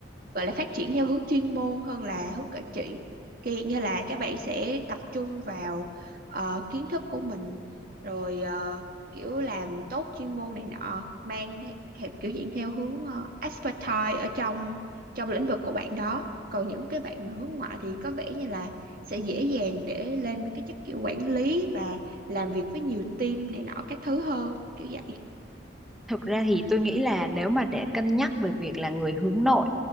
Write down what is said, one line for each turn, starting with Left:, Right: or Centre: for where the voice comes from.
Right: gọi là phát triển theo hướng chuyên môn hơn là hướng quản trị kiểu hiện như là các bạn sẽ tập trung vào ờ, kiến thức của mình rồi ờ, kiểu làm tốt chuyên môn này nọ mang the- theo kiểu diễn theo hướng ờ, expertise ở trong trong lĩnh vực của bạn đó còn những cái bạn mà hướng ngoại thì có vẻ như là sẽ dễ dàng để lên với cái chức kiểu quản lý và làm việc với nhiều team này nọ các thứ hơn kiểu vậy
Centre: thực ra thì tôi nghĩ là nếu mà để cân nhắc về việc là người hướng nội